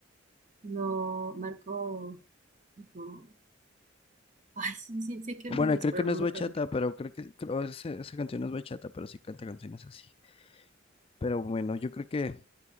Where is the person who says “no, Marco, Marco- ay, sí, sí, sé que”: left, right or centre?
Right